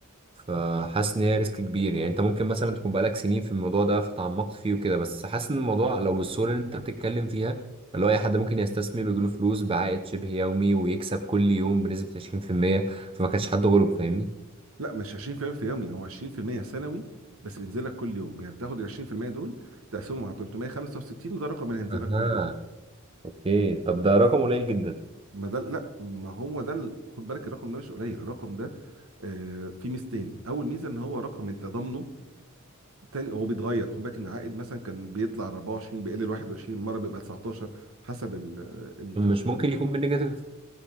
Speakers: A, on the right; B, on the right.
A: فحاسس ان هي ريسك كبير يعني انت ممكن مثلا تكون بقالك سنين في الموضوع ده فتعمقت فيه وكده بس حاسس ان الموضوع لو بالصوره اللي انت بتتكلم فيها اللي هو اي حد ممكن يستثمر ويجيله فلوس بعائد شبه يومي ويكسب كل يوم بنسبه 20% فما كانش حد غلب فاهمني
B: لا مش 20% في المية في يومي هو 20% سنوي بس بينزل لك كل يوم يعني بتاخد ال 20% دول تقسمهم على 365 وده الرقم اللي هينزل
A: اها
B: لك كل يوم
A: اوكي طب ده رقم قليل جدا
B: ما ده لا ما هو ده ال- خد بالك الرقم ده مش قليل الرقم ده آه، فيه ميزتين اول ميزه ان هو رقم انت ضامنه تاني هو بيتغير خد بالك ان العائد مثلا كان بيطلع 24 بيقل ل 21 مره بيبقى 19 حسب ال- الفلوس
A: مش ممكن
B: يعني
A: يكون بالنيجاتيف